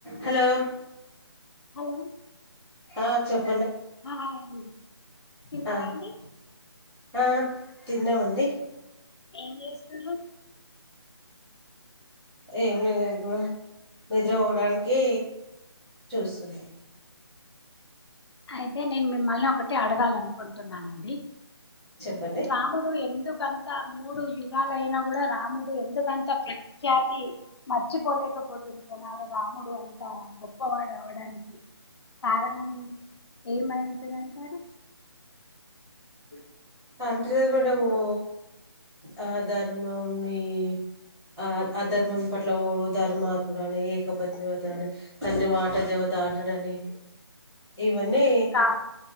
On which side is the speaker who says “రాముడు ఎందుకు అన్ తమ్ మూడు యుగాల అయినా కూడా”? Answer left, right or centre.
Left